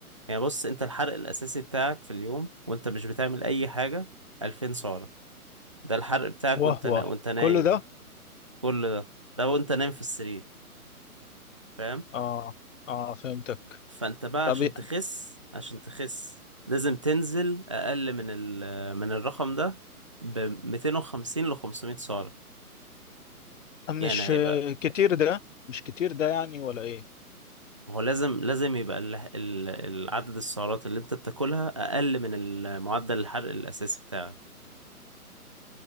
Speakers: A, on the right; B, on the left.
A: يعني بص انت الحرق الاساسي بتاعك في اليوم وانت مش بتعمل اي حاجه 2000 سعره ده الحرق بتاعك
B: واه
A: وانت نا...
B: واه
A: وانت نايم
B: كل ده
A: كل ده ده وانت نايم في السرير فاهم
B: اه اه فهمتك
A: فانت بقى
B: طب
A: عشان
B: إيه-
A: تخس عشان تخس لازم تنزل اقل من ال... من الرقم ده ب 250 ل 500 سعرة
B: مش
A: يعني هيبقى
B: كتير ده مش كتير ده يعني ولا ايه
A: هو لازم لازم يبقى ال... ال... العدد السعرات اللي انت بتاكلها اقل من ال- معدل الحرق الاساسي بتاعك